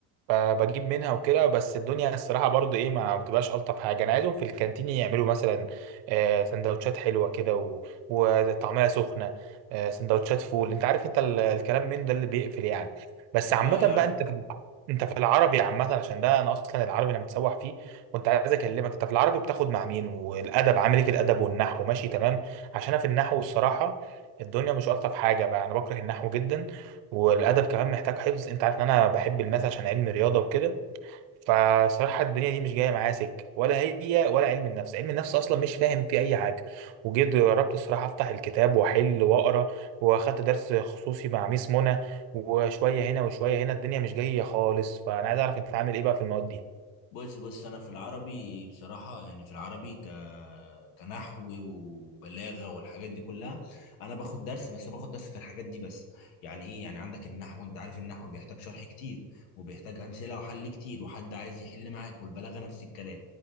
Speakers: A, on the right (about 70°); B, on the left (about 75°).
A: فبجيب منها وكده بس الدنيا الصراحة برضو ايه ما بتبقاش ألطف حاجة أنا عايزهم في الكانتين يعملوا مثلا آه، سندوتشات حلوة كده و- وطعمها سخنة آه، سندوتشات فول انت عارف انت ال- الكلام من ده اللي بيقفل يعني بس
B: اه
A: عامة
B: يا
A: بقى
B: عم
A: انت في انت في العربي عامة عشان ده انا اصلا العربي انا متسوح فيه وانت عايز اكلمك انت في العربي بتاخد مع مين والادب عامل ايه في الادب والنحو ماشي تمام عشان انا في النحو الصراحة الدنيا مش ألطف حاجة بقى انا بكره النحو جدا والادب كمان محتاج حفظ انت عارف ان انا بحب الماث عشان علم رياضه وكده فصراحه الدنيا دي مش جايه معايا سكه ولا هي ولا علم النفس علم النفس اصلا مش فاهم فيه اي حاجه وجيت جربت الصراحه افتح الكتاب واحل واقرا واخدت درس خصوصي مع ميس منى وشويه هنا وشويه هنا الدنيا مش جايه خالص فانا عايز اعرف انت عامل ايه بقى في المواد دي
B: بص بص انا في العربي بصراحه يعني في العربي ك كنحو وبلاغه والحاجات دي كلها انا باخد درس بس باخد درس في الحاجات دي بس يعني ايه يعني عندك النحو انت عارف النحو بيحتاج شرح كتير وبيحتاج امثله وحل كتير وحد عايز يحل معاك والبلاغه نفس الكلام